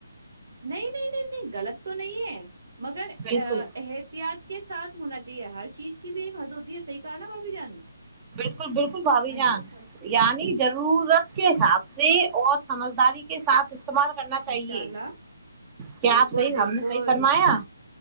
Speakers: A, on the right; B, on the right.
A: نہیں نہیں نہیں نہیں غلط تو نہیں ہے مگر احتیاط
B: بالکل
A: کے سھ ہونا چاہیے ہر چیز کی بھی ایک حد ہوتی ہے صحی کہا نا باپ بھی جان
B: بالکل بالکل بھابھی
A: ہاں
B: جان
A: جی
B: یعنی ضرورت کے حساب سے اور سمجھداری کے ساتھ استعمال کرنا چاہیے
A: انشاء اللہ
B: کیا
A: بالکل
B: آپ صحیح
A: بالکل
B: ہم نے صحیح فرمایا